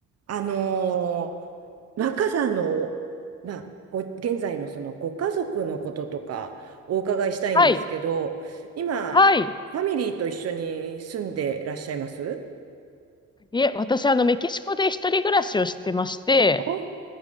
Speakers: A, on the right (about 55°); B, on the left (about 15°).
A: あのー若さの、まあ、ご、現在のそのご家族のこととかお伺いしたいんですけど、
B: はい。
A: 今、
B: はい。
A: ファミリーと一緒に住んでらっしゃいます
B: いえ、私、あの、メキシコで一人暮らしをしてまして、
A: あは